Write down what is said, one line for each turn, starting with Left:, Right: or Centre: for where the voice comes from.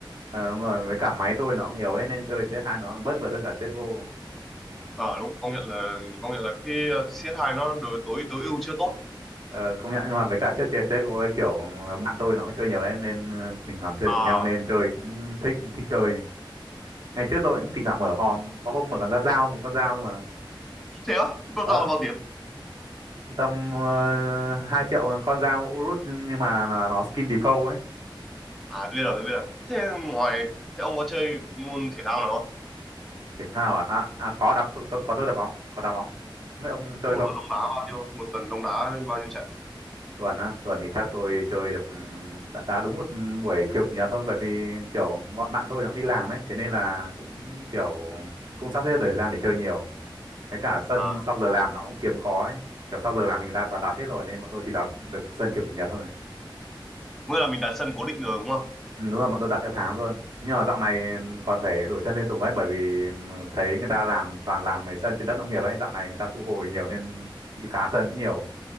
Right: ờ, đúng rồi với cả máy tôi nó cũng yếu ấy, nên chơi CS2 nó bớt mượt hơn cả CSGO
Centre: Ờ đúng, công nhận là công nhận là cái ờ, CS2 nó đối tối tối ưu chưa tốt.
Right: ờ, công nhận nhưng mà với cả trước chơi CSGO ấy, kiểu ờ, bạn tôi nó cũng chơi nhiều ấy, nên ờ, thỉnh thoảng chơi
Centre: À,
Right: cùng nhau nên chơi cũng thích thích chơi ngày trước tôi cũng thỉnh thoảng mở hòm có hôm mở con ra dao một con dao cơ mà
Centre: thế á? Thế con
Right: ờ
Centre: dao là bao tiền?
Right: tầm uh, 2 triệu con dao Urus nhưng nhưng mà là nó skin default ấy
Centre: À, tôi biết rồi, tôi biết rồi. Thế ngoài thế ông có chơi môn thể thao nào không?
Right: thể thao à à, à có đá tôi, tôi có tôi đá bóng có đá bóng không biết ông chơi
Centre: Thế một
Right: không
Centre: tuần ông đá bao nhiêu? Một tuần ông đá bao nhiêu trận?
Right: tuần á tuần thì chắc tôi chơi được ừm, đá, đá đúng một buổi chiều chủ nhật thôi bởi vì kiểu bọn bạn tôi nó cũng đi làm ấy thế nên là cũng kiểu không sắp xếp được thời gian để chơi nhiều với cả sân
Centre: À,
Right: sau giờ làm nó cũng kiếm khó ấy kiểu sau giờ làm thì người ta toàn đặt hết rồi nên bọn tôi chỉ đặt được sân chiều chủ nhật thôi
Centre: nghĩa là mình đặt sân cố định rồi đúng không?
Right: ừ, đúng là bọn tôi đặt theo tháng luôn nhưng mà dạo này còn phải đổi sân liên tục ấy bởi vì ừm, thấy người ta làm toàn làm mấy sân trên đất nông nghiệp ấy dạo này người ta thu hồi nhiều nên bị phá sân cũng nhiều